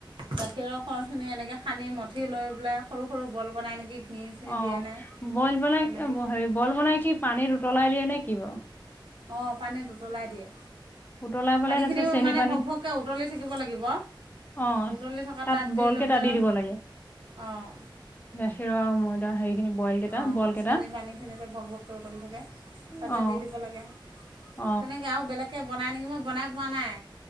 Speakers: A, on the right; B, on the left.
A: গাখীৰৰ খৰখিনি এনেকে সানি মঠি লৈ পেলাই সৰু সৰু বল বনাই নেকি ঘি চি
B: অ
A: দিয়ে নে
B: বইল বনাই
A: তেনেকৈ
B: হে বইল বনাই কি পানীত উতলাই দিয়ে নে কি বাৰু
A: অ পানী উতলাই দিয়ে
B: উতলাই পেলাই
A: পানীখিনিও
B: তাৰপিছত চেনি
A: মানে
B: পানীত
A: ভক ভককে উতলি থাকিব লাগিব
B: অ
A: উতলি থকা
B: তাত বলকে
A: লৈ পেলাই
B: তাত দি দিব লাগে
A: অঁ
B: নেখি ৰ আৰু ময়দা হেৰিখিনি বইল কেইটা
A: অঁ
B: বল কেইটা
A: চেনী পানীখিনিতে ভক ভককৈ উতলি থাকে তাতে
B: অ
A: দি দিব লাগে
B: অ
A: তেনেকে আৰু বেলেগ এতিয়া বনাই নেকি মই বনাই পোৱা নাই